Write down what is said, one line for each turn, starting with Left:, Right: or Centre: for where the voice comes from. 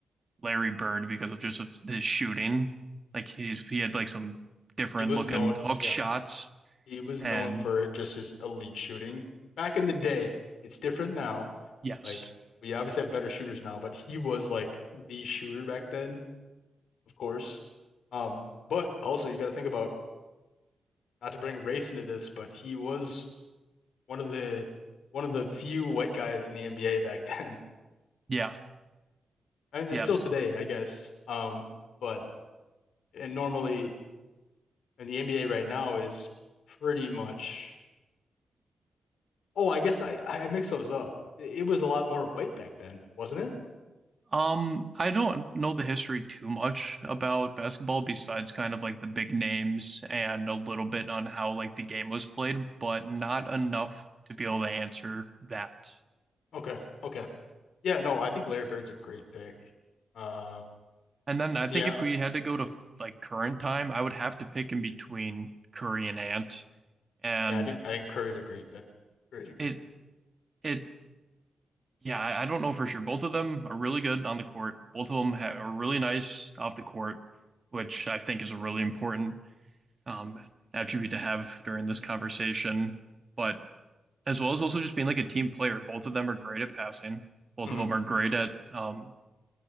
Right: Larry Bird because of just of his shooting. Like he's he had like some different
Left: He was
Right: looking
Left: known,
Right: hook
Left: yep,
Right: shots
Left: he was
Right: and
Left: known for just his elite shooting. Back in the day, it's different now.
Right: yes,
Left: Like we obviously have better shooters now, but he was like the shooter back then, of course. Um, but also you got to think about not to bring race into this, but he was one of the one of the few white guys in the NBA back then,
Right: yeah,
Left: <laughs> and
Right: yes.
Left: it's still today, I guess. Um, but and normally, and the NBA right now is pretty much. Oh, I guess I I mixed those up. It, it was a lot more white back then, wasn't it?
Right: Um, I don't know the history too much about basketball besides kind of like the big names and a little bit on how like the game was played, but not enough to be able to answer that.
Left: Okay, okay. Yeah, no, I think Larry Bird's a great pick. Um,
Right: And then I think
Left: yeah,
Right: if we had to go to like current time, I would have to pick in between Curry and Ant. And
Left: yeah, I think I think Curry's a great pick. Curry's a great
Right: it
Left: pick.
Right: it yeah, I I don't know for sure. Both of them are really good on the court. Both of them ha are really nice off the court, which I think is a really important um, attribute to have during this conversation. But as well as also just being like a team player, both of them are great at passing. Both
Left: hmm
Right: of them are great at um,